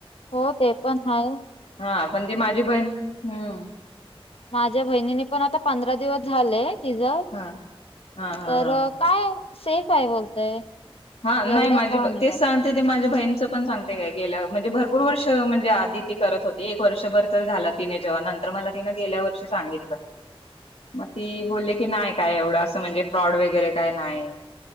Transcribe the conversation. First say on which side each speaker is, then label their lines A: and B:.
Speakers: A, on the left; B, on the left.
A: हो ते पण हाये.
B: हा पण ती माझी बहीण हम्म
A: माझ्या बहिणीने पण आता पंधरा दिवस झाले. तिचं
B: हा हा हा
A: तर
B: हा
A: काय सेफ आहे बोलतय.
B: हा नाही
A: एवढं
B: माझी
A: काय
B: बही,
A: नाही
B: तेच
A: त्यात
B: सांगते ते माझ्या बहीणचं पण सांगते काय गेल्या, म्हणजे भर पूर वर्ष म्हणजे आधी ती करत होती एक वर्षभर तर झाला तिने जेव्हा नंतर मला तिनं गेल्या वर्षी सांगितलं.
A: <inaudible>
B: मग ती बोलली की नाही काय एवढं असं म्हणजे फ्रॉड वगैरे काय नाही.